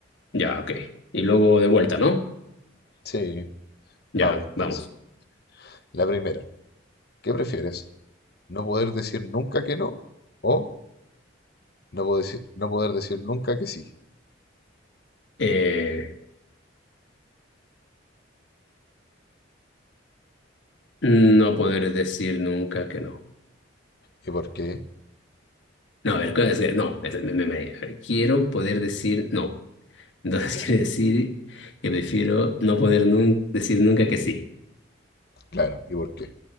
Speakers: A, on the left (about 70°); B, on the left (about 50°).
A: Ya, ok. Y luego de vuelta, ¿no?
B: Sí,
A: Ya,
B: vamos entonces.
A: vamos.
B: La primera, ¿qué prefieres? no poder decir nunca que no o no poder decir, no poder decir nunca que sí.
A: Eh, no poder decir nunca que no.
B: ¿Y por qué?
A: No, a ver, ¿cuál es? no, es- me, me, mareé. A ver, quiero poder decir no. Entonces <laughs> quiere decir que prefiero no poder nun- decir nunca que sí.
B: Claro, ¿y por qué?